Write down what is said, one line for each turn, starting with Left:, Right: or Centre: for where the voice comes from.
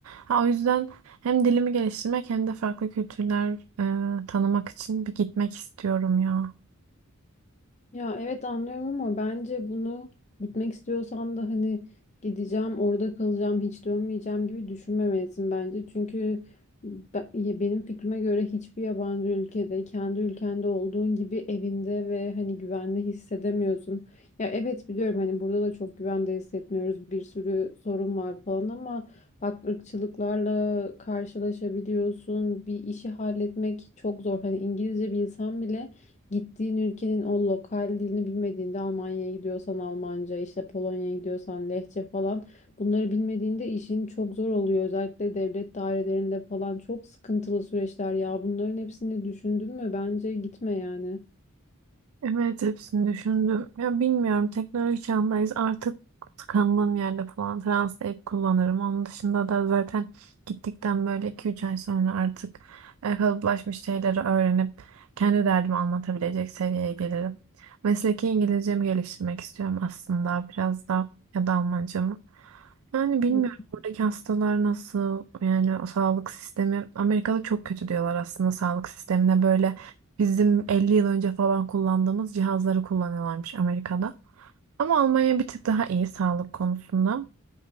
Right: Ha, o yüzden hem dilimi geliştirmek hem de farklı kültürler e, tanımak için bir gitmek istiyorum ya.
Left: Ya evet anlıyorum ama bence bunu gitmek istiyorsan da hani gideceğim, orada kalacağım, hiç dönmeyeceğim gibi düşünmemelisin bence. Çünkü be- ya benim fikrime göre hiçbir yabancı ülkede kendi ülkende olduğun gibi evinde ve hani güvenli hissedemiyorsun. Ya evet biliyorum hani burada da çok güvende hissetmiyoruz. Bir sürü sorun var falan ama bak ırkçılıklarla karşılaşabiliyorsun. Bir işi halletmek çok zor. Hani İngilizce bilsen bile Gittiğin ülkenin o lokal dilini bilmediğinde Almanya'ya gidiyorsan Almanca, işte Polonya'ya gidiyorsan Lehçe falan bunları bilmediğinde işin çok zor oluyor. Özellikle devlet dairelerinde falan çok sıkıntılı süreçler ya. Bunların hepsini düşündün mü? Bence gitme yani.
Right: Evet hepsini düşündüm. Ya bilmiyorum teknoloji çağındayız artık tıkandığım yerde falan Translate kullanırım. Onun dışında da zaten gittikten böyle iki üç ay sonra artık e, kalıplaşmış şeyleri öğrenip kendi derdimi anlatabilecek seviyeye gelirim. Mesleki İngilizcemi geliştirmek istiyorum aslında biraz da ya da Almancamı. Yani bilmiyorum
Left: Hı
Right: oradaki hastalar nasıl yani o sağlık sistemi Amerika'da çok kötü diyorlar aslında sağlık sistemine böyle Bizim 50 yıl önce falan kullandığımız cihazları kullanıyorlarmış Amerika'da. Ama Almanya bir tık daha iyi sağlık konusunda.